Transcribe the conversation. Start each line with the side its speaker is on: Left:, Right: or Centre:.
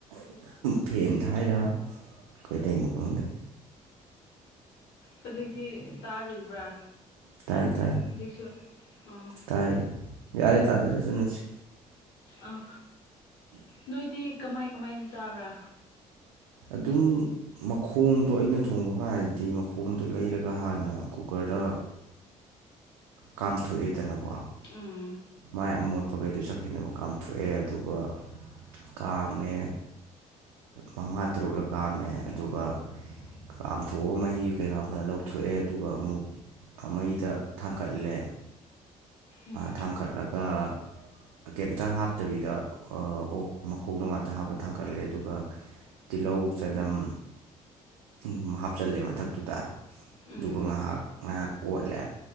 Right: ꯐꯦꯟ ꯊꯥꯏꯔ ꯀꯩꯗꯩꯅꯣ ꯈꯪꯗꯦ
Left: ꯍꯧꯖꯤꯛꯇꯤ ꯇꯥꯔꯤꯕ꯭ꯔꯥ
Right: ꯇꯥꯏ ꯇꯥꯏ
Left: ꯍꯧꯖꯤꯛꯁꯨ ꯑꯥ
Right: ꯇꯥꯏ ꯌꯥꯔꯦ ꯇꯥꯖꯔ ꯆꯅꯁꯤ
Left: ꯑꯥ ꯅꯣꯏꯗꯤ ꯀꯃꯥꯏ ꯀꯃꯥꯏꯅ ꯆꯥꯕ꯭ꯔꯥ
Right: ꯑꯗꯨꯝ ꯃꯈꯣꯡꯗꯣ ꯑꯩꯅ ꯊꯣꯡꯕ ꯀꯥꯟꯗꯗꯤ ꯃꯈꯣꯡꯗꯣ ꯂꯩꯔꯒ ꯍꯥꯟꯅ ꯀꯨꯀꯔꯗ ꯀꯥꯝꯊꯣꯛꯑꯦꯗꯅꯀꯣ
Left: ꯎꯝ
Right: ꯃꯥꯏ ꯑꯃꯣꯠꯄꯈꯩꯗꯣ ꯆꯠꯈꯤꯅꯕ ꯀꯥꯝꯊꯣꯛꯑꯦ ꯑꯗꯨꯒ ꯀꯥꯝꯃꯦ ꯃꯉꯥ ꯇꯔꯨꯛꯂ ꯀꯥꯝꯃꯦ ꯑꯗꯨꯒ ꯀꯥꯝꯊꯣꯛꯑꯒ ꯃꯍꯤ ꯀꯩꯅꯀꯥ ꯐꯖꯅ ꯂꯧꯊꯣꯛꯑꯦ ꯑꯗꯨꯒ ꯑꯃꯨꯛ ꯃꯩꯗ ꯊꯥꯡꯒꯠꯂꯦ
Left: ꯎꯝ
Right: ꯊꯥꯡꯒꯠꯂꯒ ꯀꯩꯝꯇ ꯍꯥꯞꯇꯕꯤꯗ ꯑꯣꯛ ꯃꯈꯣꯡꯗꯣ ꯉꯥꯛꯇ ꯍꯥꯞꯄ ꯊꯥꯡꯒꯠꯂꯦ ꯑꯗꯨꯒ ꯇꯤꯜꯍꯧ ꯆꯅꯝ ꯑꯗꯨꯝ ꯍꯥꯞꯆꯤꯜꯂꯦ ꯃꯊꯛꯇꯨꯗ
Left: ꯎꯝ
Right: ꯑꯗꯨꯒ ꯉꯥꯏꯍꯥꯛ ꯉꯥꯏꯍꯥꯛ ꯑꯣꯠꯂꯦ